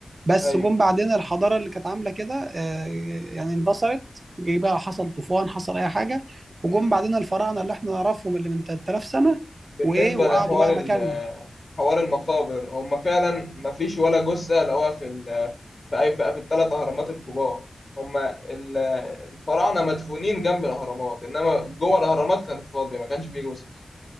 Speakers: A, on the right (about 45°); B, on the left (about 40°).
A: بس
B: ايوه
A: جم بعدين الحضاره اللي كانت عامله كده آه، يعني اندثرت جه بقى حصل طوفان حصل اي حاجه
B: مم.
A: وجم بعدين الفراعنه اللي احنا نعرفهم اللي من 3000 سنه
B: بالنسبه
A: وايه وقعدوا
B: لحوار
A: بقى
B: ال-
A: مكانهم
B: حوار المقابر هم فعلا ما فيش ولا جثه لقوها في ال... في اي في, في الثلاث اهرامات الكبار هم ال- الفراعنه مدفونين جنب الاهرامات انما جوه الاهرامات كانت فاضيه ما كانش فيه جثث